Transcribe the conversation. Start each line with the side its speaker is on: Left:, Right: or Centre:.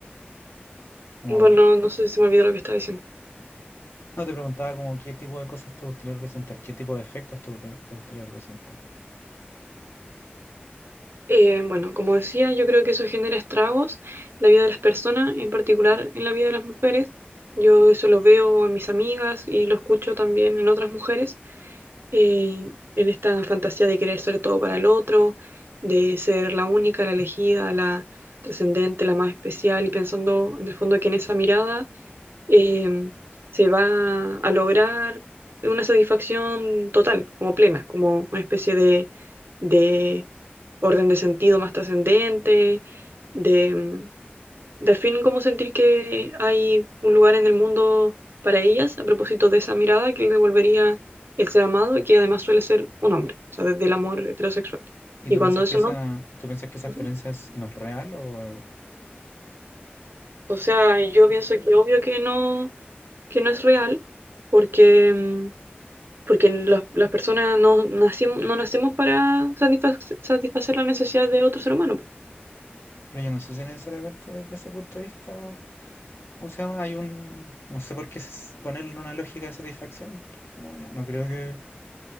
Left: Como,
Right: bueno, no sé si me olvidó lo que estaba diciendo.
Left: no te preguntaba como qué tipo de cosas te gustaría representar, qué tipo de efectos te, gustaría te gustaría representar.
Right: Eh, bueno, como decía, yo creo que eso genera estragos en la vida de las personas, en particular en la vida de las mujeres. Yo eso lo veo en mis amigas y lo escucho también en otras mujeres, eh, en esta fantasía de querer ser todo para el otro, de ser la única, la elegida, la trascendente, la más especial y pensando en el fondo que en esa mirada eh, se va a lograr una satisfacción total, como plena, como una especie de, de orden de sentido más trascendente, de, mm, de al fin como sentir que hay un lugar en el mundo para ellas, a propósito de esa mirada que le devolvería el ser amado y que además suele ser un hombre, o sea, desde el amor heterosexual.
Left: ¿Y
Right: Y
Left: tú
Right: cuando
Left: piensas
Right: eso
Left: que esa,
Right: no...
Left: tú piensas que esa
Right: Ujú.
Left: experiencia es- no es real? O,
Right: O sea, yo pienso que obvio que no, que no es real, porque mm, porque las las personas no, nacimos no nacemos para satisfac- satisfacer la necesidad de otro ser humano. po.
Left: pero yo no sé si necesariamente desde ese punto de vista, ¿cómo se llama? Hay un, no sé por qué s- ponerlo en una lógica de satisfacción. No, no, no creo que,